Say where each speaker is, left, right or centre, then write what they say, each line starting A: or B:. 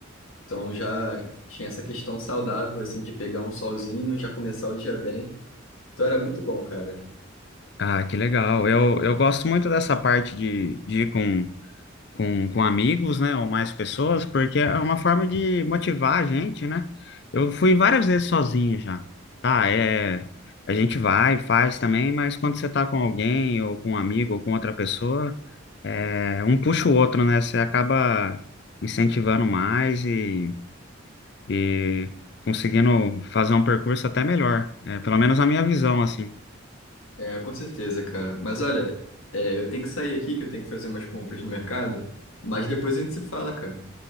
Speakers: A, on the left; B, on the left.
A: Então já tinha essa questão saudável, assim, de pegar um solzinho, já começar o dia bem. Então era muito bom, cara.
B: Ah, que legal. Eu, eu gosto muito dessa parte de, de ir com, com, com amigos, né, ou mais pessoas, porque é uma forma de motivar a gente, né? Eu fui várias vezes sozinho já. Tá, é. A gente vai, faz também, mas quando você tá com alguém, ou com um amigo, ou com outra pessoa. É, um puxa o outro, né? Você acaba incentivando mais e, e conseguindo fazer um percurso até melhor. É, pelo menos a minha visão, assim.
A: É, com certeza, cara. Mas olha, é, eu tenho que sair aqui, que eu tenho que fazer umas compras no mercado, mas depois a gente se fala, cara.